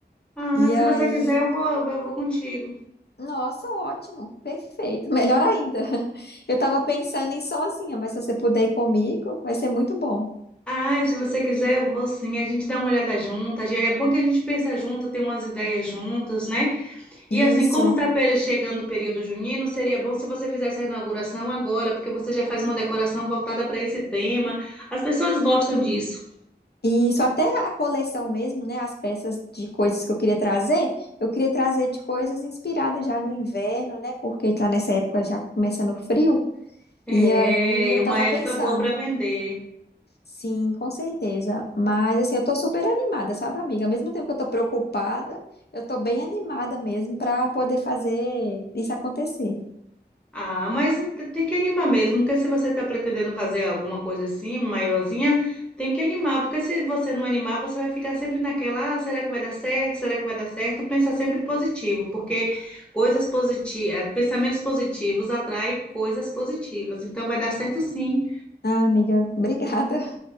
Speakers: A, in the centre; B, on the left.
A: Ah,
B: E
A: se
B: aí,
A: você quiser, eu vou, eu vou contigo.
B: nossa, ótimo, perfeito, melhor ainda. <laughs> Eu tava pensando em ir sozinha, mas se você puder ir comigo, vai ser muito bom.
A: Ah, se você quiser, eu vou sim. A gente dá uma olhada juntas. É bom que a gente pensa junto, tem umas ideias juntas, né? E
B: Isso.
A: assim, como tá pe- chegando o período junino, seria bom se você fizesse a inauguração agora, porque você já faz uma decoração voltada para esse tema. As pessoas gostam disso.
B: e Isso, até a coleção mesmo, né? As peças de coisas que eu queria trazer, eu queria trazer de coisas inspiradas já no inverno, né? Porque tá nessa época já começando o frio.
A: É,
B: E aí eu
A: é
B: tava
A: uma época
B: pensando,
A: boa para vender.
B: sim, com certeza. Mas assim, eu tô super animada, sabe, amiga? Ao mesmo tempo que eu tô preocupada, eu tô bem animada mesmo pra poder fazer isso acontecer.
A: Ah, mas tem que animar mesmo, porque se você está pretendendo fazer alguma coisa assim, maiorzinha, tem que animar, porque se você não animar, você vai ficar sempre naquela, ah, será que vai dar certo? Será que vai dar certo? Pensa sempre positivo, porque coisas positivas, pensamentos positivos atraem coisas positivas, então vai dar certo sim.
B: Ah, amiga, <laughs> obrigada.